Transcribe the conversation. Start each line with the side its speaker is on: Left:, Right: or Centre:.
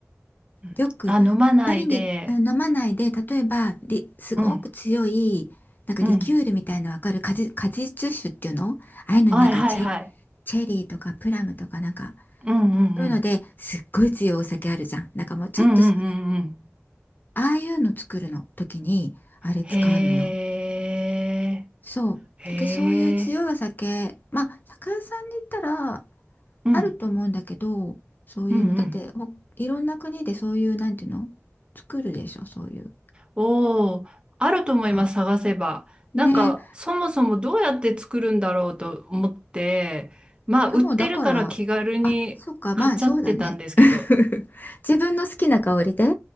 Right: うんあ、
Left: よく
Right: 飲まないで。
Left: 何にうん飲まないで、例えばリ、すごく強い、
Right: うん、
Left: なんかリキュールみたいなのわかる果実、
Right: うん。
Left: 果実酒っていうのああいうのになんかチェ、
Right: はいはいはい。
Left: チェリーとかプラムとかなんか、
Right: うんうん
Left: そういうのですっごい強いお酒あるじゃん。なんかもうちょっとしかない。
Right: うん。うんうんうんうん。
Left: ああいうの作るの時に、あれ使うのよ。
Right: へえ、
Left: そう。
Right: へ
Left: だけどそういう強いお酒、
Right: え。
Left: まあ、酒屋さんに行ったら
Right: うん、
Left: あると思うんだけど、そういうの。
Right: うんうん。
Left: だって、ほいろんな国でそういう、なんていうの作るでしょ、そういう。
Right: おー、あると思います、
Left: なんか。
Right: 探せば。
Left: ね。
Right: なんか、そもそもどうやって作るんだろうと思って、まあ、
Left: いや、
Right: 売ってるから気軽に買っちゃってたんですけど。
Left: もうだから、あ、そっか、まあ、そうだね。<laughs> 自分の好きな香りで、